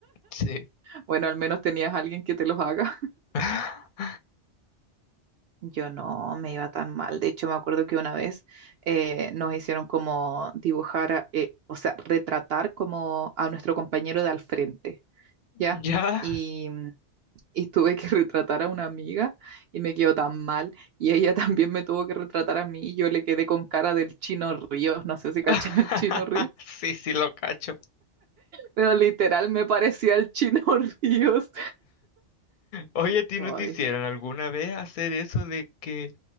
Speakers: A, on the left (about 50°); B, on the right (about 65°).
A: Sí.
B: Bueno, al menos tenías a alguien que te los haga.
A: <laughs>
B: Yo no me iba tan mal. De hecho, me acuerdo que una vez eh, nos hicieron como dibujar, a- eh, o sea, retratar como a nuestro compañero de al frente, ¿ya?
A: ¿Ya?
B: Y, mm, y tuve que <laughs> retratar a una amiga y me quedó tan mal. Y ella <laughs> también me tuvo que retratar a mí y yo le quedé con cara del Chino Ríos. No sé si
A: <laughs>
B: caché el Chino Ríos,
A: Sí, sí, lo cacho.
B: pero literal me parecía el Chino <laughs> Ríos.
A: Oye, ¿a ti
B: Ay,
A: no te hicieron alguna vez hacer eso de que